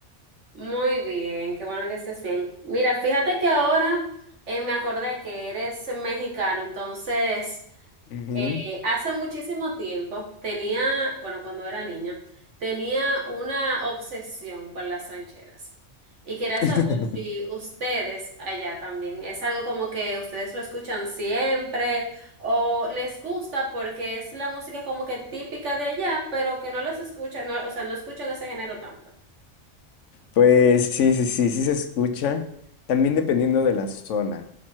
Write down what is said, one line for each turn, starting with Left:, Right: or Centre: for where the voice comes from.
Right: Muy bien, qué bueno que estés bien. Mira, fíjate que ahora eh, me acordé que eres mexicano, entonces
Left: Ujú.
Right: Eh, hace muchísimo tiempo tenía, bueno, cuando era niña, tenía una obsesión por las rancheras. Y quería
Left: <laughs>
Right: saber si ustedes allá también es algo como que ustedes lo escuchan siempre o les gusta porque es la música como que típica de allá, pero que no les escuchan, no- o sea, no escuchan ese género tanto.
Left: Pues sí, sí, sí, sí se escucha. También dependiendo de la zona.